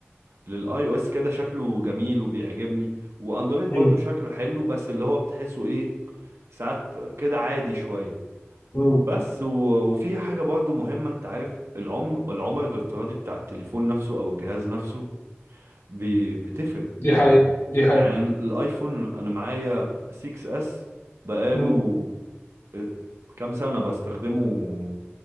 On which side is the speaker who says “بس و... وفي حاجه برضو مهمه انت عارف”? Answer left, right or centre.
Right